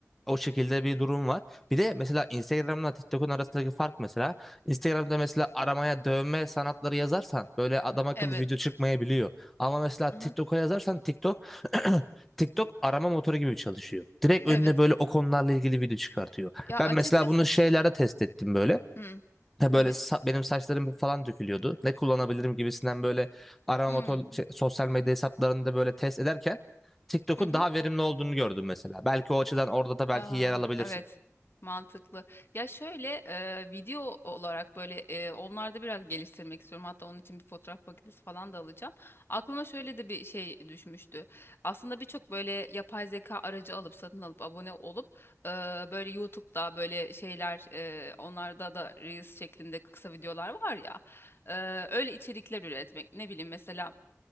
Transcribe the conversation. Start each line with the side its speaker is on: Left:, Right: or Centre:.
Centre: o şekilde bir durum var. Bir de mesela Instagram'la TikTok'un arasındaki fark mesela Instagram'da mesela aramaya dövme sanatları yazarsan böyle adam akıllı
Left: Evet.
Centre: video çıkmayabiliyor. Ama mesela TikTok'a
Left: Hı hı.
Centre: yazarsan TikTok <clears throat> TikTok arama motoru gibi çalışıyor. Direkt önüne
Left: Evet.
Centre: böyle o konularla ilgili video çıkartıyor.
Left: Ya
Centre: Ben
Left: açıkçası
Centre: mesela bunu şeylerde test ettim böyle.
Left: hı.
Centre: Ha böyle
Left: Evet.
Centre: sa- benim saçlarım falan dökülüyordu. Ne kullanabilirim gibisinden böyle arama
Left: Hı.
Centre: motor şey, sosyal medya hesaplarında böyle test ederken TikTok'un
Left: Hı hı.
Centre: daha verimli olduğunu gördüm mesela. Belki o açıdan orada da belki
Left: Aa,
Centre: yer alabilirsin.
Left: evet mantıklı. Ya şöyle e, video olarak böyle e, onlarda biraz geliştirmek istiyorum. Hatta onun için bir fotoğraf makinesi falan da alacağım. Aklıma şöyle de bir şey düşmüştü. Aslında birçok böyle yapay zeka aracı alıp satın alıp abone olup e, böyle YouTube'da böyle şeyler e, onlarda da Reels şeklinde kısa videolar var ya. E, öyle içerikler üretmek. Ne bileyim mesela